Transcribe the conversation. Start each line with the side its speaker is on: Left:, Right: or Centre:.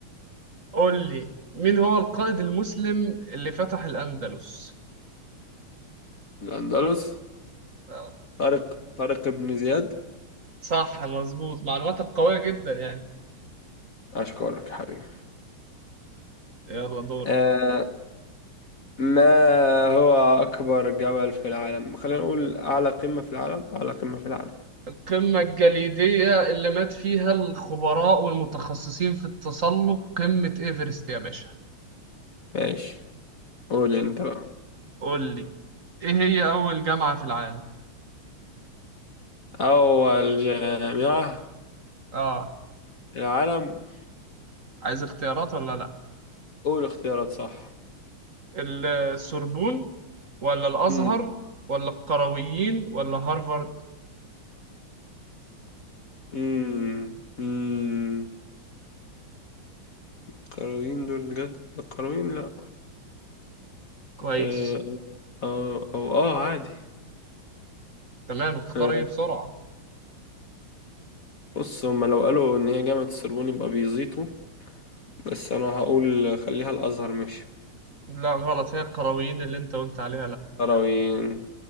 Right: قول لي مين هو القائد المسلم اللي فتح الأندلس؟
Left: الاندلس
Right: آه.
Left: طارق طارق بن زياد
Right: صح مظبوط معلوماتك قوية جدا يعني
Left: اشكرك يا حبيبي
Right: يلا دورك
Left: آه ما هو اكبر جبل في العالم خلينا نقول اعلى قمة في العالم اعلى قمة في العالم
Right: القمة الجليدية اللي مات فيها الخبراء والمتخصصين في التسلق قمة إيفرست يا باشا
Left: ماشي قول انت بقى
Right: قول لي إيه هي أول جامعة في العالم؟
Left: اول جامعة
Right: آه
Left: في العالم
Right: عايز اختيارات ولا لأ؟
Left: قول اختيارات صح
Right: السوربون ولا الأزهر
Left: امم
Right: ولا القرويين ولا هارفارد
Left: امم امم القرويين دول جد القرويين لا
Right: كويس
Left: آه، اه او اه عادي
Right: تمام اختار
Left: آه،
Right: ايه بسرعة
Left: بص هما لو قالوا ان هي جامعة السربون يبقى بيزيطوا بس انا هقول خليها الازهر ماشي
Right: لا غلط هي القرويين اللي انت قلت عليها لا
Left: تراوين